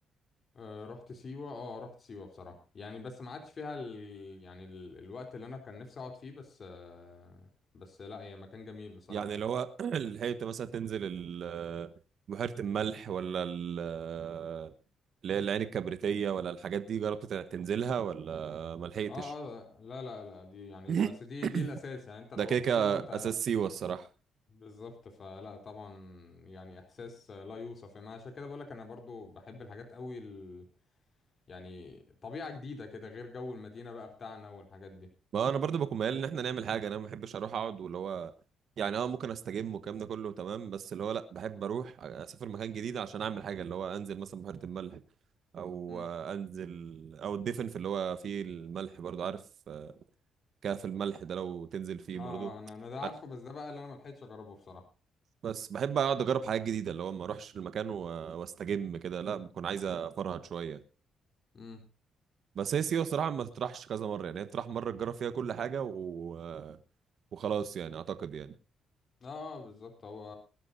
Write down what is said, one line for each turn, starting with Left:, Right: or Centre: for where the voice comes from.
Left: أه رحت سيوه اه رحت سيوه بصراحه يعني بس ما عادش فيها ال... يعني ال... الوقت اللي انا كان نفسي اقعد فيه بس أه بس لا هي مكان جميل بصراحه
Right: يعني اللي
Left: يعني
Right: هو <clears throat> لحقت مثلا تنزل ال- آه، بحيرة الملح ولا ال- آه، اللي هي العين الكبريتية ولا الحاجات دي جربت تنزلها ولا ملحقتش؟
Left: اه اه لا لا لا دي يعني
Right: <laughs>
Left: دي اصل دي دي الاساس
Right: <clears throat>
Left: يعني انت لو
Right: ده كده
Left: رحت
Right: كده
Left: سيوه انت
Right: أساس سيوة الصراحة
Left: بالظبط فلا طبعا يعني احساس لا يوصف يعني عشان كده بقولك انا برضو بحب الحاجات قوي ال... يعني طبيعة جديدة كده غير جو المدينة بقى بتاعنا والحاجات دي
Right: ما انا برضو بكون ميال ان احنا نعمل حاجه انا ما بحبش اروح اقعد واللي هو يعني اه ممكن استجم والكلام ده كله تمام بس اللي هو لا بحب اروح اسافر مكان جديد عشان اعمل حاجه اللي هو انزل مثلا بحيره الملح او
Left: امم
Right: آه، انزل او الدفن في اللي هو فيه الملح برضو عارف آه، كهف الملح ده لو تنزل فيه
Left: اه
Right: برضو
Left: انا انا ده عارفه
Right: عارف
Left: بس ده بقى اللي انا ملحقتش اجربه بصراحة
Right: بس بحب اقعد اجرب حاجات جديده اللي هو ما اروحش المكان و- واستجم كده لا بكون عايز افرهد شويه
Left: امم
Right: بس هي سيوه الصراحه ما تطرحش كذا مره يعني هي تطرح مره تجرب فيها كل حاجه و... وخلاص يعني اعتقد يعني
Left: اه بالظبط هو